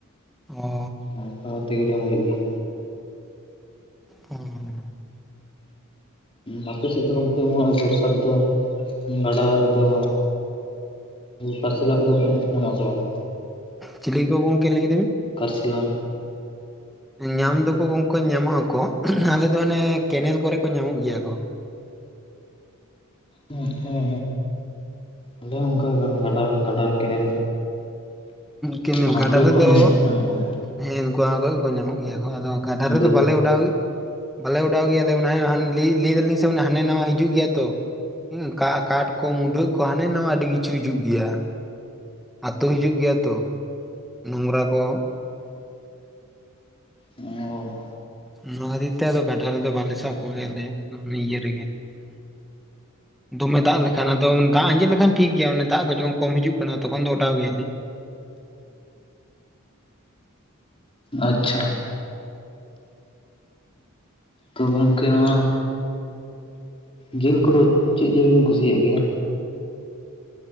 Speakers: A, in the centre; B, on the left.
A: ᱚ
B: ᱚᱝᱠᱟ ᱠᱟᱛᱮ ᱜᱮ ᱡᱚᱢ ᱦᱩᱭᱩᱜ ᱜᱮᱭᱟ
A: ᱦᱩᱸ
B: ᱟᱨ ᱟᱯᱮ ᱥᱮᱫ ᱫᱚ ᱜᱚᱝᱠᱮ ᱱᱚᱜ-ᱚᱭ ᱵᱚᱨᱥᱟ ᱨᱮᱫᱚ ᱜᱟᱰᱟ ᱨᱮᱫᱚ ᱠᱟᱨᱥᱮᱞᱟ ᱠᱚᱫᱚ ᱠᱚ ᱧᱟᱢᱚᱜ ᱟᱥᱮ ᱵᱟᱝ
A: ᱪᱤᱞᱤᱠᱚ ᱠᱚ ᱜᱚᱝᱠᱮ ᱞᱟᱹᱭ ᱠᱮᱫᱟᱵᱤᱱ
B: ᱠᱟᱨᱥᱞᱟ
A: ᱧᱟᱢ ᱫᱚᱠᱚ ᱜᱚᱝᱠᱮ ᱧᱟᱢᱚᱜ ᱟᱠᱚ ᱟᱞᱮ ᱫᱚ ᱚᱱᱮ ᱠᱮᱱᱮᱞ ᱠᱚᱨᱮ ᱠᱚ ᱧᱟᱢᱚᱜ ᱜᱮᱭᱟ ᱠᱚ
B: ᱦᱩᱸ ᱦᱩᱸ ᱟᱞᱮ ᱦᱚᱸ ᱚᱱᱠᱟ ᱜᱟᱰᱟ ᱜᱟᱰᱟ ᱠᱮᱱᱮᱞ
A: ᱠᱮᱱᱮᱞ
B: ᱚᱱᱟ
A: ᱜᱟᱰᱟ
B: ᱠᱚᱨᱮ
A: ᱨᱮᱫᱚ
B: ᱠᱚ ᱧᱟᱢᱚᱜᱼᱟ
A: ᱦᱮᱸ ᱩᱱᱠᱩ ᱚᱱᱟ ᱠᱚᱨᱮ ᱠᱚ ᱧᱟᱢᱚᱜ ᱜᱮᱭᱟ ᱠᱚ ᱟᱫᱚ ᱜᱟᱰᱟ ᱨᱮᱫᱚ
B: ᱵᱟᱹᱫᱽ
A: ᱵᱟᱞᱮ ᱚᱰᱟᱣ ᱜᱮᱭᱟ ᱵᱟᱞᱮ ᱚᱰᱟᱣ ᱜᱮᱭᱟᱞᱮ ᱢᱟᱱᱮ ᱞᱟᱹᱭ ᱞᱟᱹᱭ ᱫᱟᱞᱤᱧ ᱥᱮ ᱢᱟᱱᱮ ᱦᱟᱱᱟ ᱱᱟᱣᱟ ᱦᱤᱡᱩᱜ ᱜᱮᱭᱟ ᱛᱚ ᱠᱟ ᱠᱟᱴ ᱠᱚ ᱢᱩᱰᱷᱟᱹᱜ ᱠᱚ ᱦᱟᱱᱮ ᱱᱟᱣᱟ ᱟᱹᱰᱤ ᱠᱤᱪᱷᱩ ᱦᱤᱡᱩᱜ ᱜᱮᱭᱟ ᱟᱛᱳ ᱦᱤᱡᱩᱜ ᱜᱮᱭᱟ ᱛᱚ ᱱᱚᱝᱨᱟ ᱠᱚ
B: ᱚ
A: ᱚᱱᱟ ᱠᱷᱟᱹᱛᱤᱨ ᱛᱮ ᱟᱫᱚ ᱜᱟᱰᱟ ᱨᱮᱫᱚ ᱵᱟᱞᱮ ᱥᱟᱵ ᱠᱚᱜᱮᱭᱟᱞᱮ ᱤᱭᱟᱹ ᱨᱮᱜᱮ ᱫᱚᱢᱮ ᱫᱟᱜ ᱞᱮᱠᱷᱟᱱ ᱟᱫᱚ ᱫᱟᱜ ᱟᱸᱡᱮᱫ ᱞᱮᱠᱷᱟᱱ ᱴᱷᱤᱠ ᱜᱮᱭᱟ ᱚᱱᱮ ᱫᱟᱜ ᱠᱚ ᱡᱚᱠᱷᱚᱱ ᱠᱚᱢ ᱦᱤᱡᱩᱜ ᱠᱟᱱᱟ ᱛᱚᱠᱷᱚᱱ ᱫᱚ ᱚᱰᱟᱣ ᱜᱮᱭᱟᱞᱮ ᱾
B: ᱟᱪᱪᱷᱟ ᱛᱚ ᱜᱚᱝᱠᱮ ᱱᱚᱣᱟ ᱡᱮᱞ ᱠᱚᱫᱚ ᱪᱮᱫ ᱡᱮᱞ ᱵᱮᱱ ᱠᱩᱥᱤᱭᱟᱜ ᱜᱮᱭᱟ?